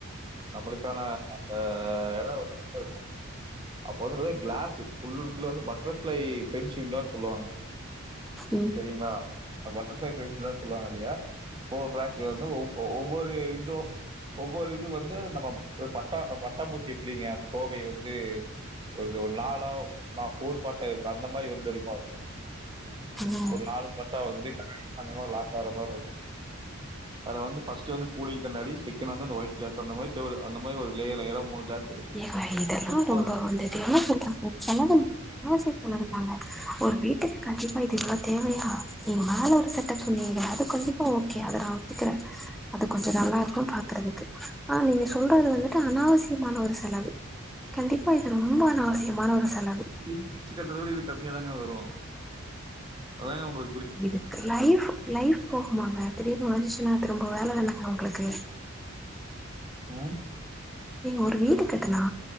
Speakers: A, on the right; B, in the centre.
A: நம்மளுக்கான அந்த எடம் வந்து நல்லாருகு இருக்கு அப்போ வந்து பாத்தீங்கனா கிளாஸு ஃபுல்ன் ஃபுல் வந்து பட்டர்ஃப்ளை ஃப்ரெண்ட்ஸ்யூ னு தா சொல்லுவாங்க
B: ம்
A: செரிங்களா பட்டர்ஃபிளை ஃப்ரெண்ட்ஸ் னு தா சொல்லுவாங்க ழியா போ ரேக்ல வந் ஒவ் ஒவ்வொரு விண்டோ ஒவ்வொரு இது வந்து நம்ம பட்டா பட்டம்பூச்சி எப்டிங்க தோகை வந்து ஒரு ஒரு நாலோ போர் பட்டே இருக்கு அந்த மாரி வந்து இருக்கு அது
B: ம்
A: ஒரு நாலு பட்டா வந்து கன்னாடிங்க லாக்கார மாரி இருக்கு அத வந்து ஃபஸ்ட் வந்து கூலிங் கண்ணாடி செகண்ட் வந்து அந்த ஒயிட் கிளஸ் அந்த மாரி செவரு அந்த மாரி லேயர் லேயரா மூணு கிளாஸ் இருக்கும்.
B: ஏக இதெல்லா
A: சூப்பரா
B: ரொம்ப வந்து இத என்ன சொல்லுறது செலவளி யோசிக்கலா மாட்டாங்க ஒரு வீட்டுக்கு கண்டிப்பா இது இவளோ தேவையா நீமேல ஒரு செட்டப் பன்னீங்ளே அது கொண்டிப்பா ஓகே அத நா ஒத்திக்கிறே அது கொஞ்ச நல்லா இருக்கு பாக்குறதுக்கு ஆ நீங்க சொல்றது வந்துட்டு அனாவசியமான ஒரு செ செலவு கண்டிப்பா இது ரொம்ப அனாவசியமான ஒரு செலவு
A: இடிசி‌‌‍ கட்டறதட இது கம்மியாதாங்க வரு அதாங்கே உங்கள்
B: இதுக்கு லைஃப் லைஃப் போகுமாங்க திடீர்னு ஒடன்ச்சுன்னா அதுக்கு ரொம்ப வேல வோனுங்க உங்களுக்கு
A: ம்
B: நீங்க ஒரு வீடு கட்டுனா